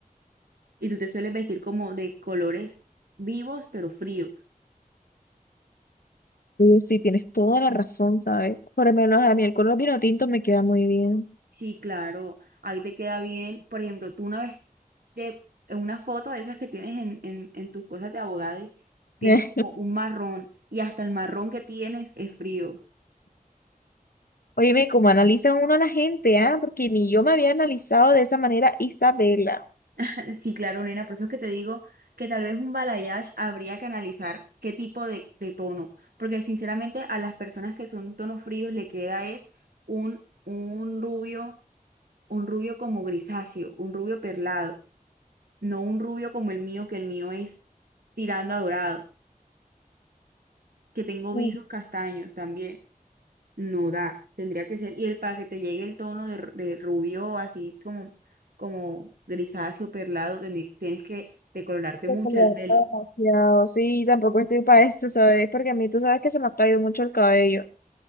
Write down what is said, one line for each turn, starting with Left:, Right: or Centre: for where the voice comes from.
Right: Y tú te sueles vestir como de colores vivos, pero fríos.
Left: Oye, sí, tienes toda la razón, ¿sabes? Por lo menos a mí el color vino tinto me queda muy bien.
Right: Sí, claro, ahí te queda bien. Por ejemplo, tú una vez te, en una foto de esas que tienes en, en, en tus cosas de abogado, tienes
Left: <laughs>
Right: como un marrón y hasta el marrón que tienes es frío.
Left: Óyeme, cómo analiza uno a la gente, ¿ah? Porque ni yo me había analizado de esa manera Isabela.
Right: <laughs> Sí, claro, nena, por eso es que te digo que tal vez un balayage habría que analizar qué tipo de, de tono, porque sinceramente a las personas que son tonos fríos le queda es un, un rubio, un rubio como grisáceo, un rubio perlado, no un rubio como el mío, que el mío es tirando a dorado. que tengo visos
Left: Mm,
Right: castaños también. No da, tendría que ser. Y el para que te llegue el tono de, de rubio, así como, como grisáceo, perlado, teni- tienes que decolorarte
Left: que
Right: mucho
Left: se le
Right: el
Left: nota
Right: pelo.
Left: demasiado, sí, tampoco estoy para eso, ¿sabes? Porque a mí tú sabes que se me ha caído mucho el cabello.